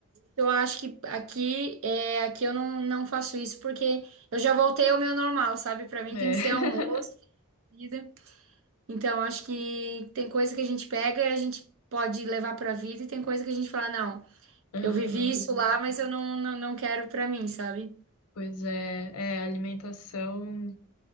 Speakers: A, on the right; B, on the left.
A: eu acho que aqui, é, aqui eu não, não faço isso porque eu já voltei ao meu normal, sabe? Pra mim
B: é.
A: tem que
B: <laughs>
A: ser almoço, comida. Então, acho que tem coisa que a gente pega e a gente pode levar pra vida, e tem coisa que a gente fala, não,
B: Aham.
A: eu vivi isso lá, mas eu não, não, não quero pra mim, sabe?
B: Pois é, é, alimentação